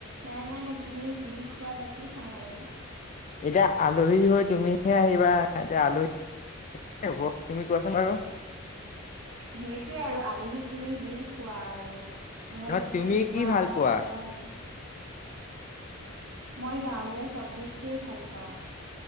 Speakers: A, on the right; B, on the left.
A: নাই -নাই তুমি যি খোৱা তাকে খাম আৰু।
B: এতিয়া আলহী হৈ তুমিহে আহিবা এতিয়া আলহী এ' হ'ব তুমি কোৱাচোন বাৰু?
A: সেইটোৱে আৰু আলহীক তুমি যি খোৱা আৰু মোৰ
B: নহয়
A: একো
B: তুমি
A: তেনেকুৱা-
B: কি ভাল পোৱা
A: এনেকুৱা হেৰি নাই। মই গাঁৱলীয়া চব বস্তুৱে ভাল পাওঁ।